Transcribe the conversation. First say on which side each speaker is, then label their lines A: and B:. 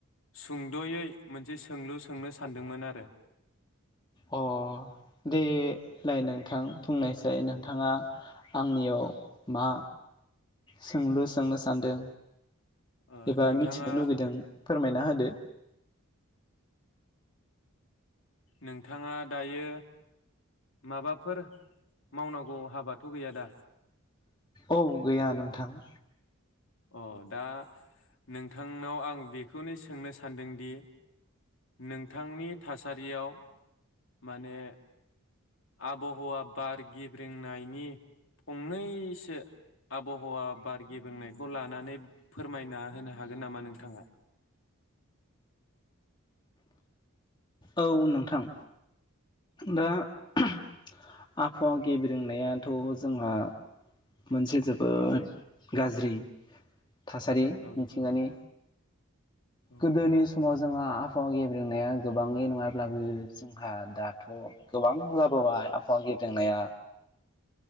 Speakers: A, on the left; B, on the left.
A: सुंद'यै मोनसे सोंलु सोंनो सानदोंमोन आरो
B: अ दे लाइ नोंथां बुंनायसै नोंथाङा आंनियाव मा सोंलु सोंनो सानदों
A: ओ
B: एबा
A: नोंथाङा
B: मिथिनो लुुबैदों फोरमायना होदो।
A: नोंथाङा दायो माबाफोर मावनांगौ हाबाथ' गैया दा?
B: औ गैया नोंथां।
A: अ दा नोंथांनाव आं बेखौनो सोंनो सानदोंदि नोंथांनि थासारियाव माने आबहावा बार गिब्रंनायनि फंनैसो आबहावा बार गेबेंनायखौ लानानै फोरमायना होनो हागोन नामा नोंथाङा
B: औ नोंथां दा ओम आबहावा गेब्रेंनायाथ' जोंहा मोनसे जोबोद गाज्रि। थासारि
A: औ
B: मिथिंगानि
A: औ
B: गोदोनि समाव जों जोंहा आबहाव गेब्रेंनाया गोबाङै नङाब्लाबो जोंहा दा थ' गोबां जाबोबाय आबहावा गेब्रेंनाया